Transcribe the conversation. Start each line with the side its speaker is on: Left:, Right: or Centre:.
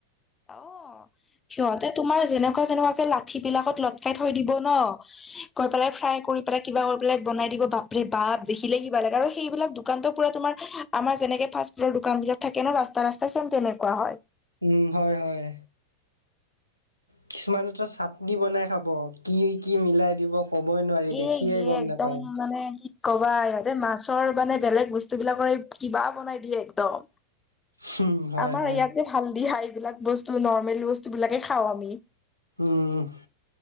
Left: অঁ! সিহঁতে তোমাৰ যেনেকুৱা যেনেকুৱাকে লাঠি বিলাকত লটকাই থৈ দিব ন। গৈ পেলাই ফ্ৰাই কৰি পেলাই কিবা কৰি সেবিলাক বনাই দিব বাপৰে বাপ দেখিলে কিবা লাগে আৰু সেইবিলাক দোকানতো পুৰা তোমাৰ আমাৰ যেনেকে ফাষ্ট ফুডৰ দোকান বিলাক থাকে ন ৰাস্তা ৰাস্তা চেম তেনেকুৱা হয়।
Right: উমঁ! হয়ঁ! হয়ঁ! কিছুমানেতো চাটনি বনাই খাব কি কি মিলাই দিব। ক'বই নোৱাৰি
Left: এ
Right: দেখিয়ে
Left: ইয়ে
Right: গম
Left: একদম
Right: নেপায়।
Left: মানে কবা ইহঁতে মাছৰ মানে বেলেগ বস্তুবিলাকৰ কিবাও বনাই দিয়ে একদম।
Right: হুম, হয়
Left: আমাৰ
Right: হয়
Left: ইয়াতে ভাল দিয়া, এইবিলাক বস্তু নৰ্মেল বস্তু বিলাকে খাও আমি।
Right: উম,